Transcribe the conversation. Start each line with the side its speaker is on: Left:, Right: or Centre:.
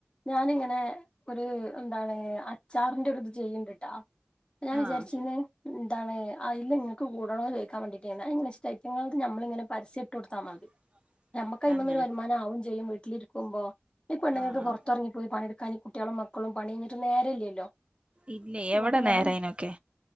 Left: ഞാനിങ്ങനെ ഒരു എന്താണ് അച്ചാറിന്റെ ഒരിത് ചെയ്യ്ണ്ട്ട്ടാ ഞാൻ
Right: ആഹ്
Left: വിചാരിച്ചിന്ന് എന്താണ് അയില് നിങ്ങക്ക് കൂടണോ ചോദിക്കാൻവേണ്ടിട്ടായിരുന്നു ഇങ്ങന ഐറ്റങ്ങൾക്ക് നമ്മളിങ്ങനെ പരസ്യെട്ട് കൊടുത്താമതി
Right: <inaudible>
Left: നമ്മുക്കവ്മന്നൊരു
Right: തന്നെ
Left: വരുമാനാവും ചെയ്യും വീട്ടിലിരിക്കുമ്പോ ഈ പെണ്ണ്ങ്ങക്ക്
Right: ആഹ്
Left: പുറത്തെറങ്ങിപ്പോയി പണി ക്കയ്ന് കുട്ട്യാളും മക്കളും പണിം കഴിഞ്ഞിട്ട് നേരല്ലല്ലോ
Right: ഇല്ല എവിടെ
Left: അപ്പൊ
Right: നേരയ്നൊക്കെ
Left: ഞാൻ